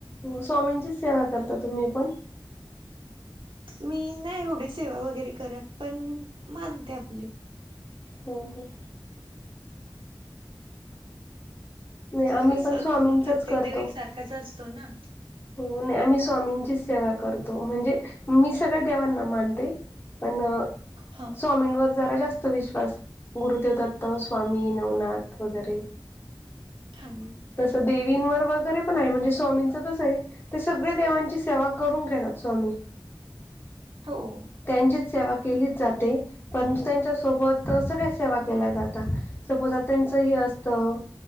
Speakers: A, on the left (about 25°); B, on the right (about 70°).
A: स्वामींचीच सेवा करता, तुम्ही पण.
B: मी नाही एवढी सेवा वगैरे करत, पण मानते आपली.
A: हम हम. नाही आम्ही
B: कसं
A: पण स्वामींचच
B: प्रत्येक
A: करतो
B: देव एक सारखाच असतो ना.
A: हो नाही आम्ही स्वामींचीच सेवा करतो, म्हणजे मी सगळ्या देवांना मानते. पण,
B: हा
A: स्वामींवर जरा जास्त विश्वास, गुरुदेव दत्त स्वामी नवनाथ वगैरे.
B: थां <unintelligible>
A: तसं देवींवर वगैरे पण आहे, म्हणजे स्वामींचं कसं ये. तर सगळे देवांची सेवा करून घेतात स्वामी.
B: हो.
A: त्यांचीच सेवा केली जाते. परंतु त्यांच्या सोबत सगळ्या सेवा केल्या जातात, सपोज अ.. त्यांचं हे असतं.